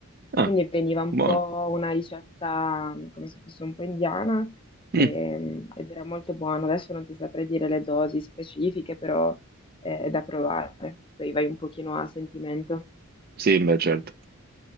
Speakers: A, on the right (about 45°); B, on the left (about 25°).
A: Ah,
B: Quindi veniva un
A: buono.
B: po' una ricetta mm, come se fosse un po' indiana ehm,
A: Mm,
B: ed era molto buono. Adesso non ti saprei dire le dosi specifiche, però eh, è da provare. Poi vai un pochino a sentimento.
A: Sì, beh, certo.